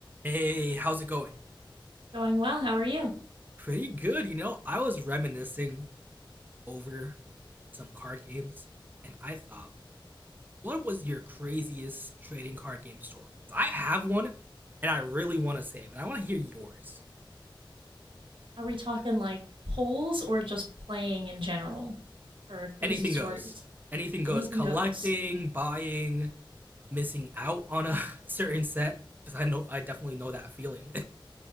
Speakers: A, on the right; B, on the right.
A: Hey, how's it going?
B: Going well. How are you?
A: Pretty good, you know. I was reminiscing over some card games, and I thought, what was your craziest trading card game story?" I have one, and I really want to say it, but I want to hear yours.
B: Are we talking like polls or just playing in general for crazy
A: Anything
B: stories?
A: goes. Anything goes.
B: Anything
A: Collecting,
B: goes.
A: buying, missing out on a <laughs> certain set, because I know I definitely know that feeling.